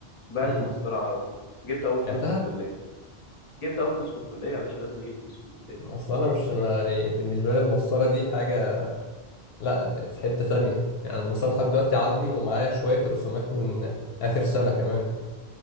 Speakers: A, on the left; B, on the left.
A: بعت
B: امم
A: المسطره على طول جبت اول فلوس
B: بعتها
A: من الكليه جبت اول فلوس من الكليه يا باشا لازم نجيب فلوس من الكليه
B: اصل انا مش ما- يعني بالنسبه لي المسطره دي حاجه لا في حتة ثانية يعني المسار لحد دلوقتي عندي ومعايا شوية رسومات من آخر سنة كمان